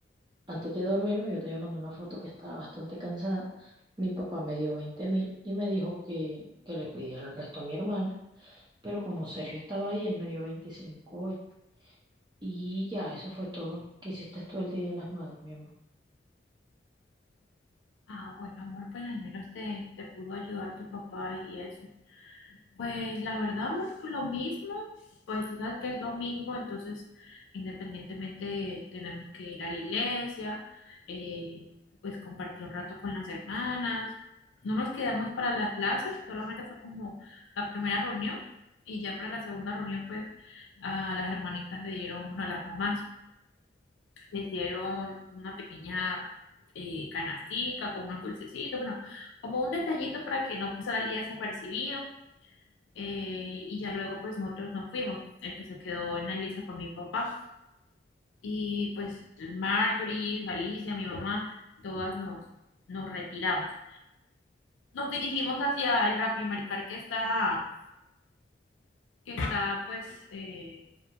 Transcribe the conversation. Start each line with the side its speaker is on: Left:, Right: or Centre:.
Right: antes de dormirme, yo te mandé una foto que estaba bastante cansada Mi papá me dio veinte mil y me dijo que, que le pidiera el resto a mi hermana, pero como Sergio estaba ahí, él me dio 25 hoy. Y ya, eso fue todo. ¿Qué hiciste tú el Día de las Madres, mi amor?
Left: Ah, bueno, amor, pues al menos te, te pudo ayudar tu papá y eso. Pues la verdad, amor, pues, lo mismo, pues tú sabes que es domingo, entonces independientemente tenemos que ir a la iglesia, eh, pues compartir un rato con las hermanas. No nos quedamos para la clase, solamente fue como la primera reunión y ya para la segunda reunión pues a las hermanitas le dieron, bueno, a las mamás les dieron una pequeña eh, canastica con unos dulcecitos, bueno, como un detallito para que no pasara el día desapercibido. Eh, y ya luego pues nosotros nos fuimos. El que se quedó en la lista fue mi papá. Y pues Marjorie, Alicia, mi mamá, todas nos, nos retiramos. Nos dirigimos hacia el Rapimericar que está, que está pues eh,